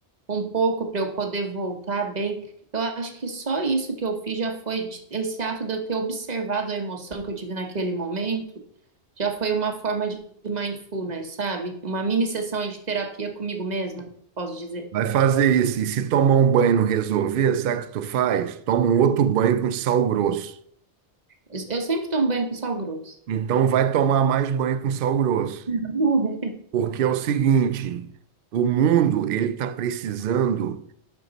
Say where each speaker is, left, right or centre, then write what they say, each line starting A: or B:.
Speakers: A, on the right (about 40°); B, on the right (about 60°).
A: um pouco para eu poder voltar bem. Eu acho que só isso que eu fiz já foi de- esse ato de eu ter observado a emoção que eu tive naquele momento, já foi uma forma de mindfulness, sabe? Uma mini sessão aí de terapia comigo mesma, posso dizer.
B: Vai fazer isso. E se tomar um banho e não resolver, sabe o que tu faz? Toma um outro banho com sal grosso.
A: Eu eu sempre tomo banho com sal grosso.
B: Então, vai tomar mais banho com sal grosso.
A: Uhum.
B: Porque é o seguinte, o mundo, ele está precisando